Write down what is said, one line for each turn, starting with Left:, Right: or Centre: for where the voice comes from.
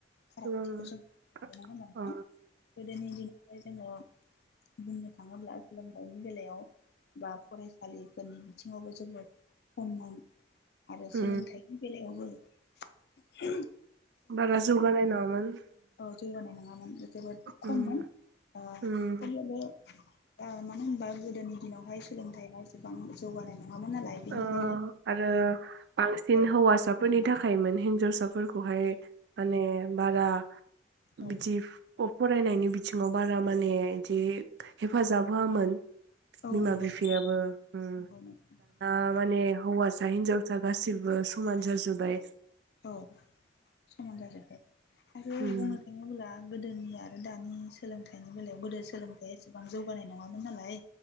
Left: फारागथिखौ
Right: गोबां
Left: जों नुनो मोनदोंमोन
Right: अ
Left: आरो ना गोदोनि दिनावहाय। जोङो। बुंनो थाङोब्ला सोलोंथाइनि बेलायाव बा फरायसालिफोरनि बिथिङावबो जोङो खममोन। आरो
Right: ओ
Left: सोलोंथाइनि बेलायावबो। उह्म।
Right: बारा जौगानाय नंङामोन।
Left: औ जौवानाय नङा। <unintelligible> जोबोद खममोन
Right: उम
Left: ओ अेब्लाबो।
Right: उम
Left: ओ मानो होनबा गोदोनि दिनावहाय सोलोंथाइआ एसेबां जौगानाय। नङामोन नालाय बेनिखायनो
Right: ओ आरो
Left: ओम
Right: बांसिन
Left: औ।
Right: हौवासाफोरनि थाखायमोन हिनजावसाफोरखौ खौहाय माने। बाबा।
Left: औ
Right: बिदिप अप। फरायनायनि बिथिङाव बारा माने। जे हेफाजाब मामोन?
Left: औ
Right: बिमा
Left: नंगौ
Right: बिफायाबो ओम।
Left: नंगौ नोंथां
Right: आ माने हौवासा हिनजावसा गासिबो समान जाजोब्बाय।
Left: औ समान जाजोबबाय। आरो
Right: उम
Left: बुंनो थाङोब्ला गोदोनि आरो दानि सोलोंथाइ लानायनि बेलायाव गोदो सोलोंथाइ एसेबां जौगानाय नङामोन नालाय